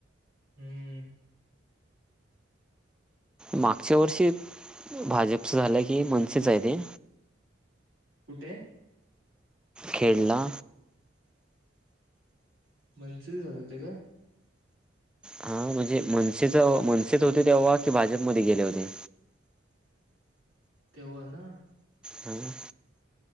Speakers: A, on the right; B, in the centre.
A: हम्म.
B: मागच्या वर्षी भाजपचं झालं की मनसेच आहे रे?
A: कुठे?
B: खेडला.
A: मनसेचे झाले होते काय?
B: हा म्हणजे मनसेच मनसेच होते तेव्हा की भाजपमध्ये गेले होते.
A: तेव्हा ना.
B: हम्.